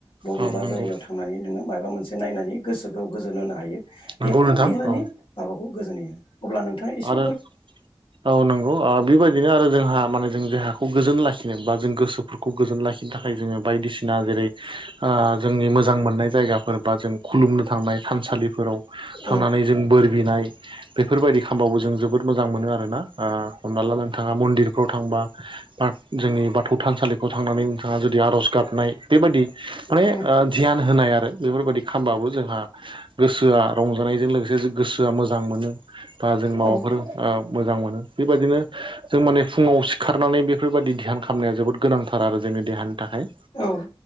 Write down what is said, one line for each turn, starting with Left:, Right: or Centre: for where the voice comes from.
Left: बबेबा
Right: औ नंगौ
Left: जायगायाव थां नानै नोङो माबा मोनसे नायनानै गोसोखौ गोजोन होनो हायो
Right: नंगौ
Left: बेफोरखौ
Right: नोंथां
Left: देहानि
Right: औ
Left: माबाखौ गोजोनहोयो अब्ला नोंथाङा इसे
Right: ओ औ नों अ आ बेबायदिनो आरो जोंहा माने जों जेहाखौ गोजोन लाखिनो बा जों गोसोफोरखौ गोजोन लाखि बिनि थाखाय जोङो बायदिसिना जेरै आ जोंनि मोजां मोननाय जायगाफोर बा जों खुलुमनो थांनाय थानसालिफोराव थांनानै
Left: औ
Right: जों बोर बिनाय बेफोरबायदि खामबावो जों जोबोद मोजां मोनो आरोना आ हमना ला नोंथाङा मन्दिरफ्राव थांबा आ जोंनि बाथौ थानसालिखौ थांनानै नोंथाङा जुदि आर'ज गाबनाय बेबादि माने
Left: औ
Right: ओ ध्यान होनाय आरो बेफोरबादि खामबाबो जोंहा गोसोआ रंजानायजों लोगोसे गोसोआ मोजां मोनो बा जों
Left: औ
Right: माबाफोर आ मोजां मोनो बेबायदिनो जों माने फुङाव सि खारनानै बेफोरबायदि दिहान खामनाया जोबोद गोनांथार आरो जोंनि देहानि थाखाय
Left: औ